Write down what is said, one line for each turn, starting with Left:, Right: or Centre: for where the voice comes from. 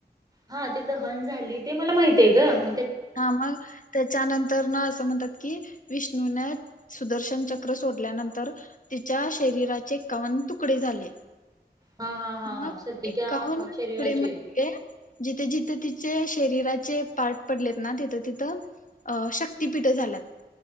Right: हां ते दहन झाली, ते मला माहतीये गं.
Left: हा मग त्याच्यानंतर न असं म्हणतात की, विष्णून न सुदर्शन चक्र सोडल्यानंतर, तिच्या शरीराचे एकावन तुकडे झाले.
Right: हां हां हां
Left: मग
Right: हां सतीच्या
Left: एकावन्न
Right: शरीराचे?
Left: तुकडे <unintelligible> जिथे जिथे तिचे शरीराचे पार्ट पडलेत ना, तिथं तिथं अ, शक्तीपीठ झाल्यात,